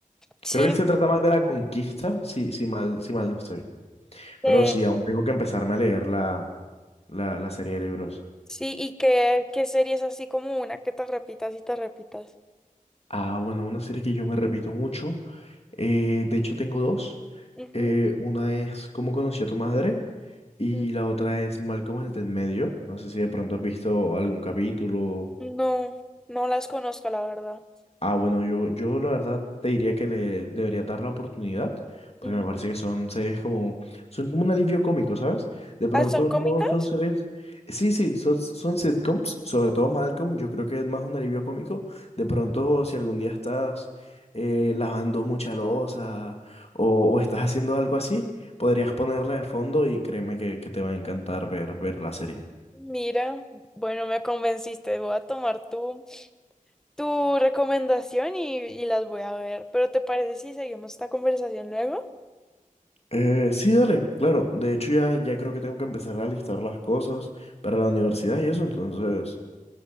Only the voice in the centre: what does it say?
sí,
eh,
sí, y qué, qué serie es así como una que te repitas y te repitas.
Ujú.
N-
No, no las conozco, la verdad.
Ujú.
Ah, son cómicas.
Mira, bueno, me convenciste. Voy a tomar tu, tu recomendación y, y las voy a ver. Pero ¿te parece si seguimos esta conversación luego?